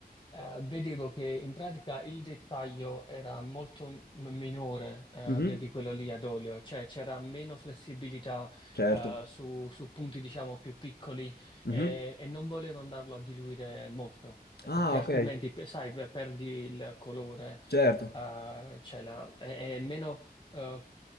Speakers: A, on the left; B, on the left.
A: eh, vedevo che in pratica il dettaglio era molto m- minore eh,
B: Mhm,
A: de- di quello lì ad olio, cioè c'era meno flessibilità
B: Certo.
A: eh, su, su punti diciamo più piccoli
B: Mhm.
A: e, e non volevo andarlo a diluire molto, eh,
B: Ah,
A: perché
B: ok,
A: altrimenti pe- sai, pe- perdi il colore,
B: certo.
A: eh, cioè la- è è meno eh,